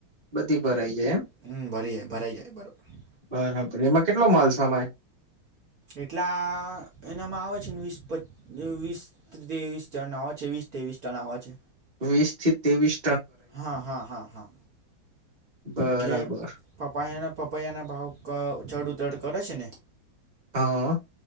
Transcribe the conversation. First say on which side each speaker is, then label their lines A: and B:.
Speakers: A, on the right; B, on the right.
A: બધી ભરાઈ જાય એમ
B: હં ભરી જાય ભરાઈ જાય બરોબર.
A: બરાબર, એમાં કેટલો માલ સામાય?
B: એટલા એનામાં આવે છ ન વીસ પચ વીસ તેવીસ જણ ન આવે છે વીસ તેવીસ ટન આવ છે.
A: વીસ થી તેવીસ
B: હા હા હા હા.
A: બરાબર
B: એટલે પપૈયા ના પપ યાના ભાવ ચડ ઉતર કરે છે ને?
A: હા આ.